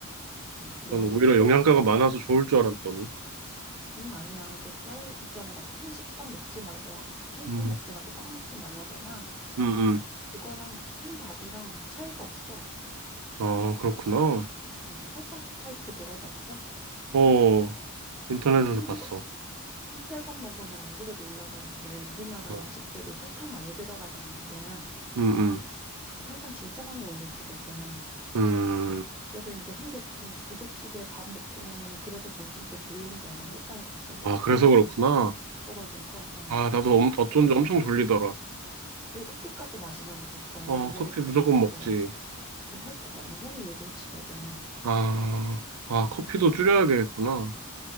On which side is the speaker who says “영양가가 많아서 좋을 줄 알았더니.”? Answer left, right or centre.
Right